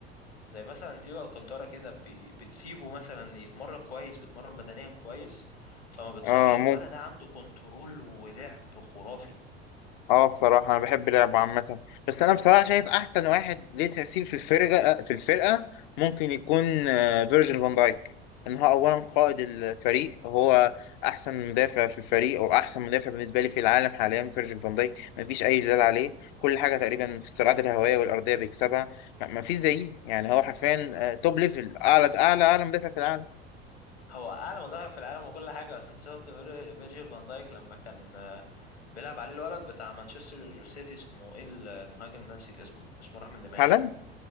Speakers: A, on the left; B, on the left.
A: زي مثلا تيجو الكانتارا كده بي- بتسيبه مثلا يتمرن كويس بيتمرن بدنيا كويس فما بتصابش
B: اه آه، ممكن
A: الولد ده عنده كنترول ولعب خرافي
B: اه بصراحة أنا بحب لعبه عامة بس أنا بصراحة شايف أحسن واحد ليه تأثير في الفرقة في الفرقة ممكن يكون آه، فيرجيل فان دايك إن هو أولا قائد الفريق هو أحسن مدافع في الفريق أو أحسن مدافع بالنسبة لي في العالم حاليا فيرجيل فان دايك مفيش أي جدال عليه كل حاجة تقريبا في الصراعات الهوائية والأرضية بيكسبها م- مفيش زيه يعني هو حرفيا آه، توب ليفل أعلى أعلى أعلى مدافع في العالم
A: هو اعلى مدافع في العالم وكل حاجه بس انت شفت فير- فيرجيل فان دايك لما كان آه، بيلعب عليه الولد بتاع مانشستر سيتي اسمه ايه ال- المهاجم ده نسيت اسمه اسمه راح من دماغي
B: هالاند